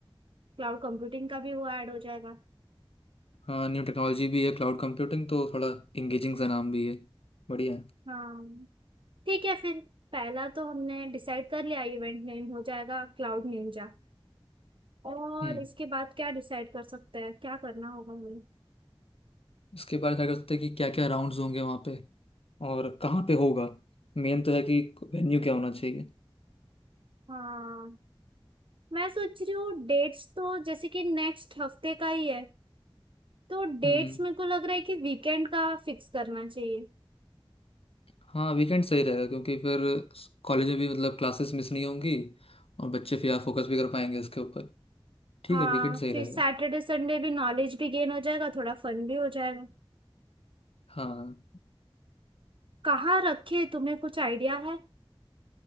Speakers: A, on the right; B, on the left.
A: क्लाउड कंप्यूटिंग का भी वो ऐड हो जाएगा
B: हाँ न्यू टेक्नोलॉजी भी है क्लाउड कंप्यूटिंग तो थोड़ा इंगेजिंग सा नाम भी है बढ़िया है
A: हाँ ठीक है फिर पहला तो हमने डिसाइड कर लिया इवेंट नेम हो जाएगा क्लाउड निंजा और
B: हम्म
A: इसके बाद क्या डिसाइड कर सकते हैं क्या करना होगा हमें
B: इसके बारे में क्या कर सकते हैं कि क्या क्या राउंड्स होंगे वहाँ पे और कहाँ पे होगा मेन तो है कि वेन्यू क्या होना चाहिए
A: हाँ मैं सोच रही हूँ डेट्स तो जैसे कि नेक्स्ट हफ्ते का ही है तो डेट्स
B: हम्म
A: मेरे को लग रहा है कि वीकेंड का फिक्स करना चाहिए
B: हाँ वीकेंड सही रहेगा क्योंकि फिर कॉलेज में भी मतलब क्लासेस मिस नहीं होंगी और बच्चे फिर फोकस भी कर पाएंगे इसके ऊपर ठीक
A: हाँ
B: है वीकेंड सही
A: फिर
B: रहेगा
A: सैटरडे संडे भी नॉलेज भी गेन हो जाएगा थोड़ा फन भी हो जाएगा
B: हाँ
A: कहाँ रखे तुम्हें कुछ आइडिया है